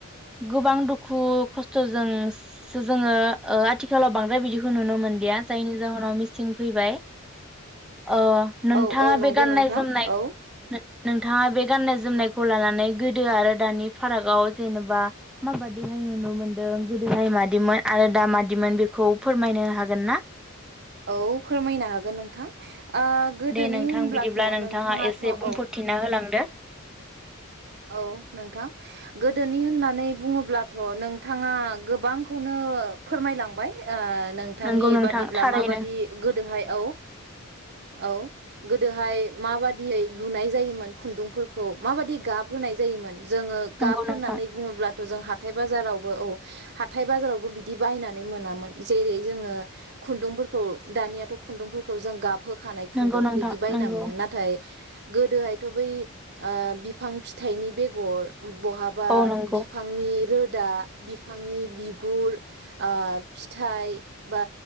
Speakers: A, in the centre; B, on the right.
A: गोबां दुखु खस्थ'जोंसो जोङो ओ आथिखालाव बांद्राय बिदिखौ नुनो मोनलिया जायनि जाहोनाव मिसिं फैबाय ओ नोंथाङा
B: औ औ नंगौ
A: बे गाननाय
B: नोंथां
A: जोमनाय
B: औ
A: नोंथाङा बे गाननाय जोमनायखौ लानानै गोदो आरो दानि फारागआव जेनेबा माबादिहाय नुनो मोनदों गोदोहाय मादिमोन आरो दामादिमोन बेखौ फोरमायनो हागोन ना
B: औ फोरमायनो हागोन नोंथां ओ गोदोनि
A: दे नोंथां
B: होनब्लाथ'
A: बिदिब्ला नोंथाङा
B: नोंथाङाथ'
A: एसे बुंफोरथिना
B: औ
A: होलांदो
B: औ नोंथां गोदोनि होननानै बुङोब्लाथ' नोंथाङा गोबांखौनो फोरमायलांबाय ओ नोंथांनि
A: नंगौ नोंथां
B: बादिब्ला
A: थारैनो
B: माबादि गोदोहाय औ औ गोदोहाय माबादियै लुनाय जायोमोन खुन्दुंफोरखौ माबादि गाब होनाय जायोमोन जोङो गाब
A: नंगौ
B: होननानै
A: नोंथां
B: बुङोब्ला जों हाथाय बाजारावबो औ हाथाय बाजारावबो बिदि बायनानै मोनामोन जेरै जोङो खुन्दुंफोरखौ दानियाथ' खुन्दुंफोरखौ जों गाब होखानाय खुन्दुं
A: नंगौ नोंथां
B: बिदि बायना
A: नंगौ
B: मोनो नाथाय गोदोहायथ' बै ओ बिफां फिथाइनि बेगर बहाबा
A: औ नंगौ
B: बिफांनि रोद दा बिफांनि बिगुर ओ फिथाइ बा